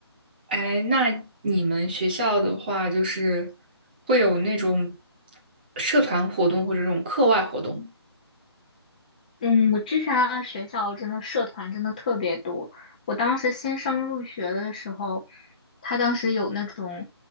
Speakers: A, on the right; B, on the left.
A: 哎，那你们学校的话，就是会有那种社团活动或者这种课外活动？
B: 嗯，我之前的学校真的社团真的特别多。我当时新生入学的时候，他当时有那种